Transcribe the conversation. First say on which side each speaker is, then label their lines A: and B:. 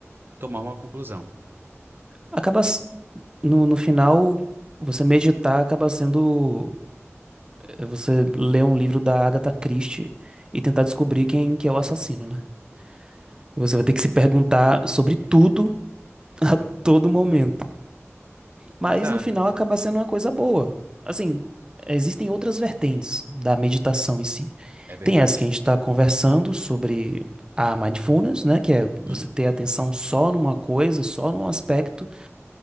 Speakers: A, on the right (about 45°); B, on the right (about 15°).
A: tomar uma conclusão.
B: Acaba s- no, no final, você meditar acaba sendo eh, você ler um livro da Agatha Christie e tentar descobrir quem que é o assassino, né? Você vai ter que se perguntar sobre tudo <laughs> a todo momento. Mas
A: Exato,
B: no final acaba sendo uma coisa boa. Assim, existem outras vertentes da meditação em si.
A: é verdade.
B: Tem essa que a gente está conversando sobre a mindfulness, né? Que é
A: Hum?
B: você ter atenção só numa coisa, só num aspecto.